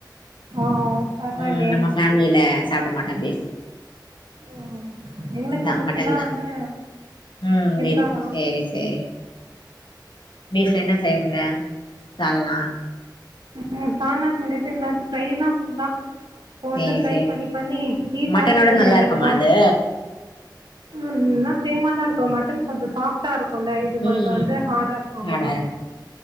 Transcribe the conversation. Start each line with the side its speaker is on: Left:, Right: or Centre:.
Right: ஓ பரவாயில்லையே
Left: ம் நம்ம ஃபேமிலில சாப்டமாட்டோ பீஃப்
Right: ம் எங்களுக்கு
Left: இதா
Right: வந்து
Left: மட்டன்தா
Right: ஃபுல்லாக வந்து
Left: ம் பீஃப்
Right: தான் வரும்
Left: சேரி சேரி பீஃப்ல என்ன செய்வீங்க சால்னா
Right: ம் சால்னா செஞ்சுட்டு எல்லா ஃப்ரை தா ஃபுல்லா இப்ப வந்து
Left: சேரி
Right: ஃப்ரை
Left: சேரி
Right: பண்ணி பண்ணி ஹீட்
Left: மட்டனோட
Right: ஆக போது
Left: நல்லா
Right: எனக்கு
Left: இருக்குமா
Right: பாடி
Left: அது
Right: எல்லா சேமாதா இருக்கூ மட்டன் கொஞ்சோ சாஃப்டா இருக் குல்ல இது கொஞ்சோ
Left: ம்
Right: வந்து ஹார்டா இருக்கு அவ்ளோதா
Left: அட